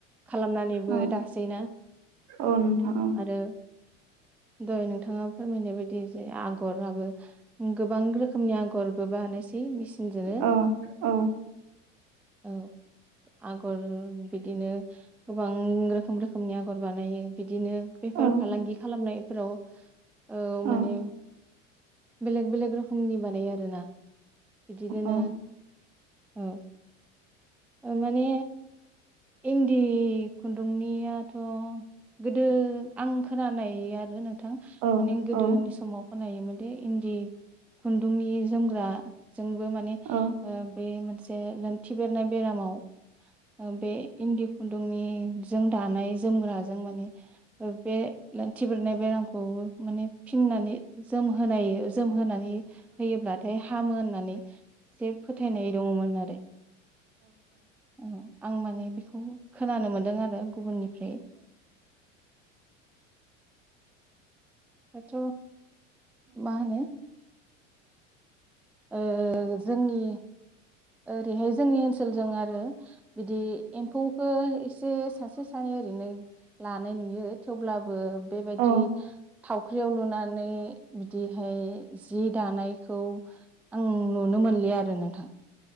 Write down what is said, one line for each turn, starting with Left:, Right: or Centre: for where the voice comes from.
Centre: खालामनानैबो
Right: औ
Centre: दासै ना
Right: औ नोंथां
Centre: आरो? द'य नोंथाङा फोरमायनाय बायदि जे आगराबो गोबां रोखोमनि आगरबो बानाय बे मेसिनजोनो
Right: औ औ
Centre: औ आगर बिदिनो गोबां रोखोम रोखोमनि आगर बानायो बिदि इदिनो बेफार
Right: औ
Centre: फालांगि खालामनाय । फोराव ओ माने
Right: औ
Centre: बेलेग बेलेग रोखोमनि बानायो आरो ना? बिदि दोनो
Right: औ
Centre: औ ओ माने इन्दि खुन्दुंनियाथ'गोदो आं खोनानाय आरो नों नोंथां
Right: औ
Centre: माने गोदोनि
Right: औ
Centre: समाव खनायोमोनदि इन्दि खुन्दुंनि जोमग्रा जोंबो माने
Right: औ
Centre: ओ बे मोनसे जे लोंथि बेरनाय बेरामाव बे इन्दि खुन गदुंनि जों दानाय जोमग्राजों माने ओ बे लोन्थि बेरनाय बेरामखौ माने फिननानै जोमहोनाय यजोमहोनानै होयोब्लाथाय हामो होननानै जे फोथायनाय दङमोन आरो । आं माने बेखौ खोनानो मोन्दों आरो गुबुननिफ्राय दाथ माहोनो ओ जोंनि ओरैहाय जोंनि ओनसोलजों आरो बिदि एम्फौ खो एस जे सासे सानै ओरैनो लानाय नुयो थेवब्लाबो बेबायदि
Right: औ
Centre: थावख्रियाव लुनानै बिदिहाय जि दानायखौ आं नुनो मोनलिआ आरो नोंथां